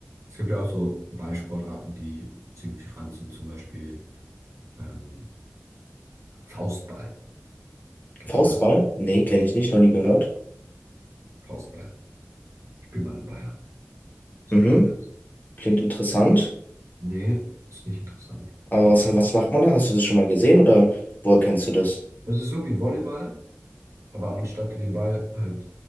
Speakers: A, on the right; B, on the left.
A: Es gibt ja auch so Ballsportarten, die ziemlich ran sind, zum Beispiel ähm, Faustball. Kennst
B: Faustball?
A: du das?
B: Nee, kenne ich nicht, noch nie gehört.
A: Faustball. Spielt man in Bayern. Ist
B: Mhm.
A: random ass.
B: Klingt interessant.
A: Nee, ist nicht interessant. Ist
B: Aber
A: langweilig.
B: was, was macht man da? Hast du das schon mal gesehen oder woher kennst du das?
A: Das ist so wie Volleyball, aber anstatt du den Ball halt